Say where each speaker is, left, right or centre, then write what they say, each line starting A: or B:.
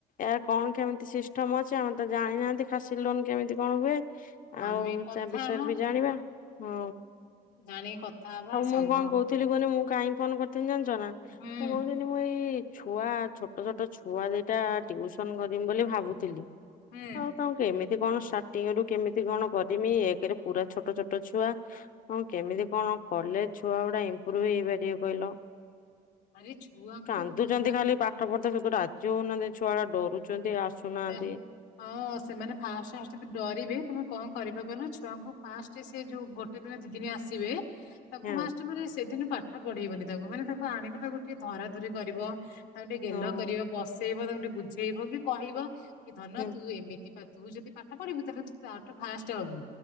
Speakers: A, on the left (about 55°); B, on the left (about 85°).
A: ଏର କଣ କେମିତି ସିଷ୍ଟମ ଅଛି ଆମେ ତ ଜାଣିନାହାନ୍ତି ଖାସି ଲୋନ କେମିତି କଣ ହୁଏ। ଆଉ
B: ଆମେ କଥା
A: ସେ ବିଷୟରେ
B: ହବା
A: ବି ଜାଣିବା। ହଁ।
B: ଜାଣିକି କଥା ହବା
A: ଆଉ
B: ସାଙ୍ଗ
A: ମୁଁ କଣ କହୁଥିଲି କହନି ମୁଁ କାହିଁକି ଫୋନ କରିଥିଲି ଜାଣିଛନା ମୁଁ
B: ହୁଁ
A: କହୁଥିଲି ମୁଁ ଏଇ ଛୁଆ ଛୋଟ ଛୋଟ ଛୁଆ ଦିଟା ଟିଉସନ କରିମ ବୋଲି ଭାବୁଥିଲି।
B: ହୁଁ
A: ଆଉ ତାଙ୍କୁ କେମିତି କଣ ଷ୍ଟାର୍ଟିଙ୍ଗ ରୁ କେମିତି କଣ କରିମି ଏକରେ ପୁରା ଛୋଟ ଛୋଟ ଛୁଆ। ହଁ କେମିତି ହଁ କଲେଜ ଛୁଆ ଗୁଡା ଇମ୍ପ୍ରୁଭ ହେଇପାରିବେ କହିଲ?
B: ଆରେ ଛୁଆଙ୍କୁ
A: କାନ୍ଦୁଛନ୍ତି
B: ମାନେ
A: ଖାଲି ପାଠ ପଢା ରାଜି ହଉନାହାନ୍ତି ଛୁଆ ଗୁଡା ଡରୁଛନ୍ତି। ଆସୁନାହାନ୍ତି।
B: ନା ହଁ ସେମାନେ ଫାଷ୍ଟ ଫାଷ୍ଟ ଯ ଡରିବେ ତମେ କଣ କରିବ ଛୁଆଙ୍କୁ ଫାଷ୍ଟ ସେ ଯୋଉ ଗୋଟେ ଦିନ ଦି ଦିନ ଆସିବେ ତାଙ୍କୁ
A: ହଁ
B: ଫାଷ୍ଟ ମନେ ସେଦିନ ପାଠ ପଢେଇବନି ତାକୁ ମାନେ ତାକୁ ଆଣିବ ତାକୁ ଟିକେ ଧରାଧୁରି କରିବ ତାଙ୍କୁ ଟିକେ ଗେଲ
A: ହଁ
B: କରିବ ବସେଇବ ତାଙ୍କୁ ଟିକେ ବୁଝେଇବ କି କହିବ ଆଛା। କି ଧନ
A: ହୁଁ
B: ତୁ ଏମିତି ତୁ ଯଦି ପାଠ ପଢିବୁ ତାହେଲେ ତୁ ଫାଷ୍ଟ ହବୁ